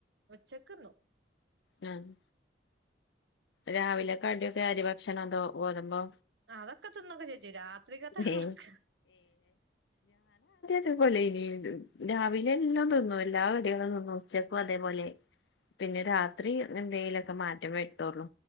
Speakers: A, on the right; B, on the left.
A: ഉച്ചക്ക്ന്നും.
B: ഞാന് രാവിലെ കടിയൊക്കെ അരി ഭക്ഷണോ അതോ ഗോതമ്പോ
A: അതൊക്കെ തിന്നോകെച്ചെയ്ജ്ജും രാത്രികത്തെ കൊറക്ക
B: ഏ അതേപോലെനിണ്ട് രാവിലെ എന്നും തിന്നുല്ല കടികളും തിന്നും ഉച്ചക്കും അതേപോലെ. പിന്നെ രാത്രി എന്തയിലൊക്കെ മാറ്റം വരുത്തൊള്ളു